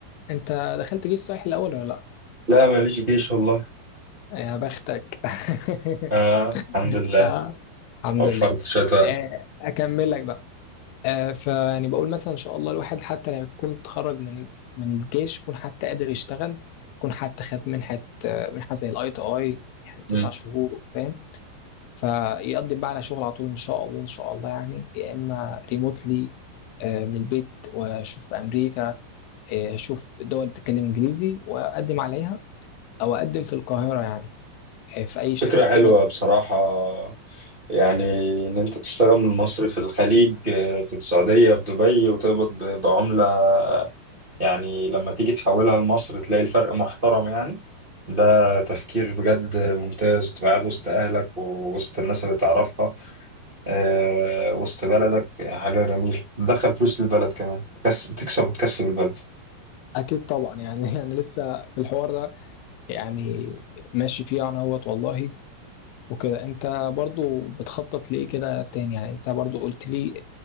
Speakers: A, on the left (about 80°); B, on the right (about 80°).
A: أنت دخلت جيش صحيح الأول ولا لأ؟
B: لا ماليش جيش والله
A: يا بختك <laughs>
B: آه الحمد لله
A: آه الحمد
B: وفرت
A: لله
B: شوية وقت
A: آه، أكمل لك بقى آه، فيعني بقول مثلا ان شاء الله الواحد حتى لما يكون اتخرج من من الجيش يكون حتى قادر يشتغل يكون حتى خد منحه آه، منحه زي الاي تي اي يعني تسع
B: مم.
A: شهور فاهم فيقدم بقى على شغل على طول ان شاء الله ان شاء الله يعني يا اما ريموتلي من البيت واشوف في امريكا آه، اشوف دول بتتكلم انجليزي واقدم عليها او اقدم في القاهره يعني آه، في اي شركه
B: فكرة
A: بتقبض
B: حلوة بصراحة يعني إن أنت تشتغل من مصر في الخليج آه، في السعودية في دبي وتقبض ب- بعملة آه، يعني لما تيجي تحولها لمصر تلاقي الفرق محترم يعني ده تفكير بجد ممتاز تبقى قاعد وسط أهلك ووسط الناس اللي تعرفها آه، وسط بلدك حاجة جميلة تدخل فلوس للبلد كمان بس تكسب وتكسب البلد
A: اكيد طبعا يعني <laughs> انا لسه في الحوار ده يعني ماشي فيه انا اهوت والله وكده انت برضو بتخطط لإيه كده تاني يعني انت برضو قلت لي